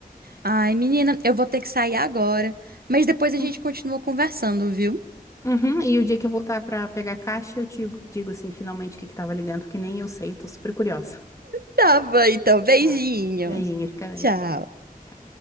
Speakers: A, on the right; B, on the left.
A: Ai, menina, eu vou ter que sair agora, mas depois a gente
B: Hum.
A: continua conversando, viu?
B: Uhum. E o dia que eu voltar pra pegar a caixa, eu te digo, assim, finalmente o que que tava ali dentro, que nem eu sei, tô super curiosa.
A: Tá bom, então, beijinho.
B: Tá. Beijinho, fica bem.
A: Tchau.
B: Tchau.